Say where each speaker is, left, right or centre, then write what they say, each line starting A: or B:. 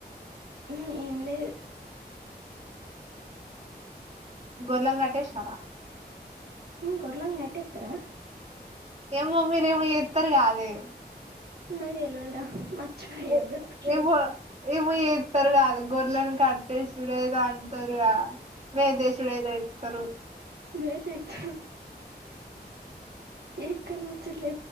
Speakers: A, on the right; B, on the right.
A: ఉహు ఏం లేదు.
B: గోర్లంగట్టేష్నవా?
A: గొర్లంగట్టేతరా?
B: ఏమో మీరేమో చేత్తరు కాదే
A: నాకు తెలవదు రా, మర్చిపోయా
B: ఏ
A: గుర్తుకులేద్
B: ఏమో ఏమో చేస్తరు కాదు, గోర్లని కట్టేసిడేదో అంటరుగా మీ దేశుడేదో ఏత్తరు.
A: బ తెచ్చ ఎక్కడ ముచ్చట్లే